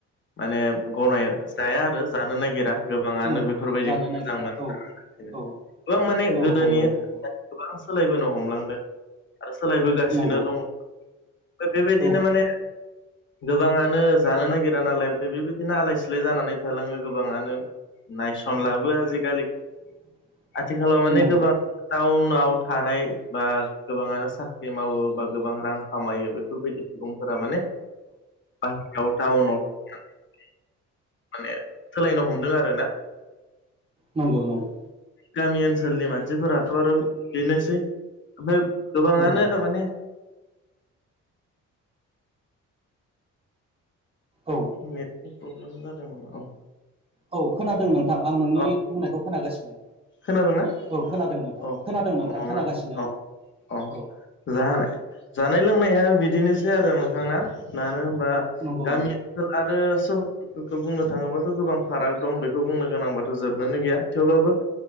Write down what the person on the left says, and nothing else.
माने गनाय जाया आरो जानो नागिरा। गोबाङानो
बेफोरबायदिखौ
मोजां
मोना
गोबां माने
गोदोनि
गोबां सोलायबोनो हमलांदों आरो सोलायबोगासिनो
दङ ओमफ्राय बेबायदिनो
माने गोबाङानो जानो नागिरा नालाय ओमफफ्राय बेबायदिनो आलाय सिलाय जानानै थालाङो गोबाङानो नायसनलाबो आजिखालि
आथिखालाव माने
गोबां टाउन नाव थानाय बा गोबाङानो साख्रि मावो बा गोबां रां खामायो बेफोरबायदि सुबुं फोरा माने बासुगाव थउनाव माने सोलायनो हमदों आरोना
गामि ओनसोलनि मानसिफोराथ' आरो बेनोसै ओमफ्राय गोबाङानो
माने
नेटनि प्रब्लेम जादोंमोन औ
अ
खोनादोंना
अ
अ माने
अ अ
जानाय जानाय लोंनाया बिदिनोसै आरो नोंथांना मानो होनबा
गामि
ओनसोल आरो खौ बुंनो थाङोबाथ' गोबां फाराग दं बेखौ बुंनो गोनांबाथ' जोबनोनो गैया थेवब्लाबो